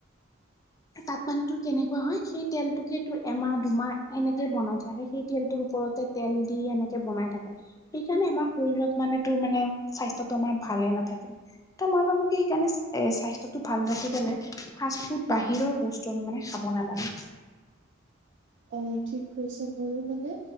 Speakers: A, on the left; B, on the right.
A: তাত মানে তূ কেনেকুৱা হয় সেই তেলটোকে তোৰ এমাহ দুমাহ এনেকে বনাই থাকে সেই তেলটোৰ ওপৰতে তেল দি এনেকে বনাই থাকে। সেইকাৰণে আমাৰ শৰীৰত মানে তোৰ মানে স্বাস্থ্যত টো আমাৰ ভালে নাথাকে। ত মই ভাবো কি সকাৰণে এ স্বাস্থ্যতটো ভাল ৰাখিব ল ফা ফুড বাহিৰৰ বস্তু মানে খাব নালাগে।
B: অ ঠিক কৈছে ময়ো মানে